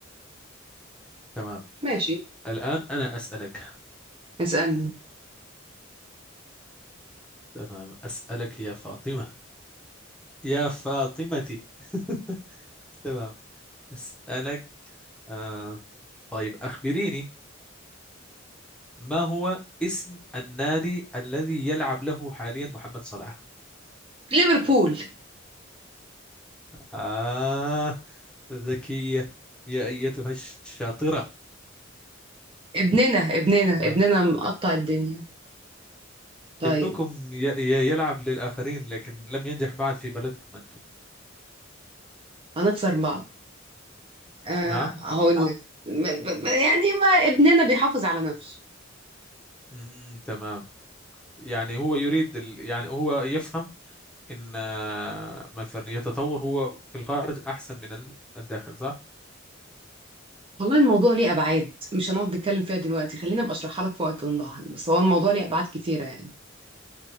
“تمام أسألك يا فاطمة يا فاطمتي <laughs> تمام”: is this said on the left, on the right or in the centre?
Centre